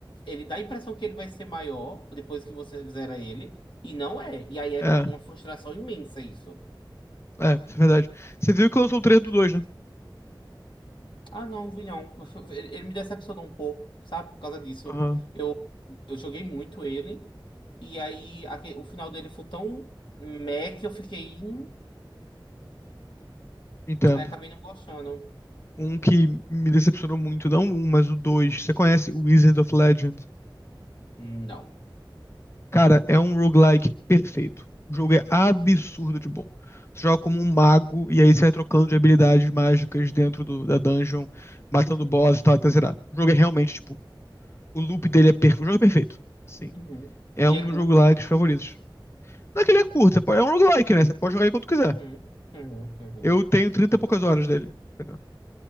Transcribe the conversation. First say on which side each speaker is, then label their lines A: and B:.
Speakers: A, on the left (about 75°); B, on the left (about 30°).
A: Ele dá a impressão que ele vai ser maior depois que você zera ele, e não é. E aí é
B: é,
A: uma frustração imensa isso.
B: é, isso é verdade. Você viu que lançou o trailer do 2, né?
A: Ah, não, vi não. <laughs> Ele, ele me decepcionou um pouco, sabe? Por causa disso.
B: Aham,
A: Eu, eu joguei muito ele, e aí aque- o final dele foi tão meh que eu fiquei. "Hum",
B: entendo.
A: Aí acabei não gostando.
B: Um que me decepcionou muito, não um, mas o dois. Você conhece o Wizard of Legend?
A: Não.
B: Cara, é um roguelike perfeito. O jogo é absurdo de bom. Você joga como um mago e aí você vai trocando de habilidades mágicas dentro do- da dungeon, matando boss e tal, até zerar. O jogo é realmente, tipo, o loop dele é perfeito. O jogo é perfeito. Sim.
A: Uhum.
B: É
A: Ele
B: um dos
A: é curto.
B: meus roguelikes favoritos. Não é que ele é curto, você pode- é um roguelike, né? Você pode jogar aí quanto quiser.
A: Uhum. Uhum. Uhum.
B: Eu tenho 30 e poucas horas dele. entendeu?